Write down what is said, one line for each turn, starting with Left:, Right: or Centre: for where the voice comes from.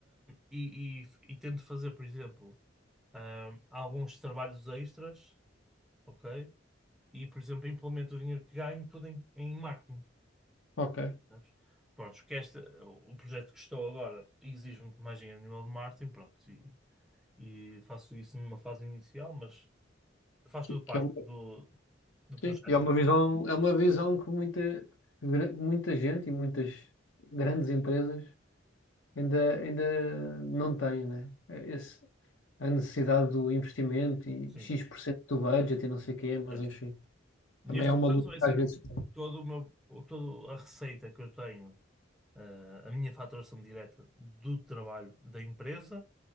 Centre: e, e, e tento fazer, por exemplo, hum, alguns trabalhos extras, ok? E, por exemplo, implemento o dinheiro que ganho tudo em, em marketing,
Left: Ok.
Centre: sabes? Pronto, que este, o projeto que estou agora exige muito mais dinheiro a nível de marketing, pronto, e, e faço isso numa fase inicial, mas Faz
Left: Que,
Centre: tudo
Left: que
Centre: parte
Left: é uma,
Centre: do, do projeto.
Left: sim, e é uma visão, é uma visão que muita, gra- muita gente e muitas grandes empresas ainda, ainda não têm, né? É, Esse, a necessidade do investimento e
Centre: Sim.
Left: X% do budget e não sei o quê, mas
Centre: yeah.
Left: enfim,
Centre: Neste
Left: também é uma
Centre: caso,
Left: luta que
Centre: é assim,
Left: às vezes.
Centre: todo o meu, o- toda a receita que eu tenho, eh, a minha faturação direta do trabalho da empresa,